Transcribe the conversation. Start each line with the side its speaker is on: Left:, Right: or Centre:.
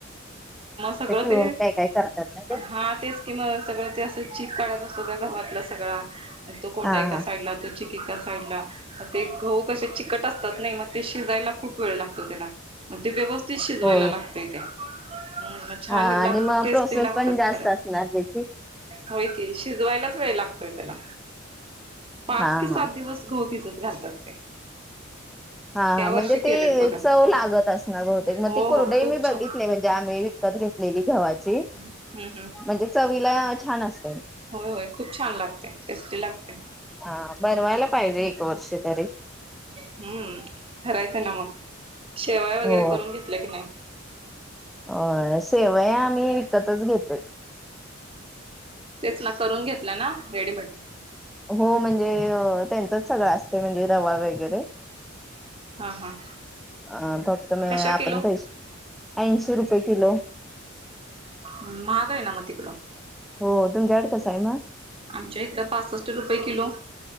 Right: सगळ
Centre: पिळून
Right: ते
Centre: काय काय करतात ना ते
Right: हा तेच कि म सगळ ते अस चिक सगळ्या घरातल्या सगळा तो कोंडा
Centre: हा
Right: एका
Centre: हा
Right: साईडला तो चिकी राका साईडला मग ते गदू कशे चिकट असतात नाही मग ते शिजायला खूप वेळ लागतो त्यालाग ते व्यवस्थित शिजवायला
Centre: हो
Right: लागतय ते ह मग छान
Centre: हा
Right: ला
Centre: आणि मग
Right: टेस्टी
Centre: प्रोसेस
Right: लागतात
Centre: पण जास्त
Right: खरं
Centre: असणार त्याची
Right: होय कि शिजवायलाच वेळ लागतोय त्याला पाच
Centre: हा
Right: कि सात
Centre: हा
Right: दिवस घो भिजत घालतात ते
Centre: हा
Right: या
Centre: हा
Right: वर्षी
Centre: म्हणजे
Right: केलेत
Centre: ते
Right: बघा
Centre: चव लागत अस ना बहुतेक मग
Right: हो
Centre: ती कुर्डे
Right: हो खूप
Centre: मी बघितले
Right: छान
Centre: म्हणजे आम्ही घेत गव्हाची
Right: हम्म हम्म
Centre: म्हणजे चवीला छान अस
Right: होय होय खूप छान लागते टेस्टी लागते
Centre: हा बनवायला पाहिजे एक वर्ष तरी
Right: हम्म करायचं ना मग शेवाय वगैरे
Centre: हो
Right: करून घेतल्या की नाही
Centre: अ सेवय आम्ही विकतच घेतोय
Right: तेच ना करून घेतलं ना रेडीमेड
Centre: हो म्हणजे त्यांचच सगळं असते म्हणजे रवा वगैरे
Right: हा हा
Centre: अ फक्त म
Right: कशा
Centre: आपण
Right: किलो
Centre: पै ऐंशी रुपये किलो
Right: ् महागा आहे ना मती कला
Centre: हो तुमच्याकडे कसं आहे मग
Right: आमच्या इकडं पासष्ट रुपये किलो